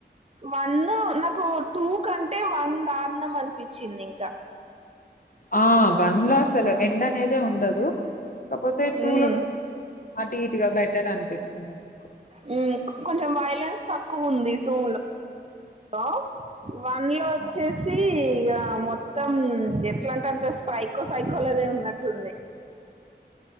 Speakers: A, on the right (about 35°); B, on the left (about 50°).
A: వన్ నాకు టూ కంటే వన్ దారుణం అనిపించింది ఇంకా
B: ఆ వన్ ల అసలు ఎండ అనేదే ఉండదు కాకపోతే టూ
A: మ్మ్
B: లో అటు ఇటుగా బెటర్ అనిపిస్తుంది నాకు
A: మ్మ్ కొంచెం వైలెన్స్ ఉంది టూ లో హ వన్ లో వచ్చేసి
B: అవును.
A: ఇక మొత్తం ఎట్లా అంట అంట సైకో సైకో దే ఉన్నట్టుంది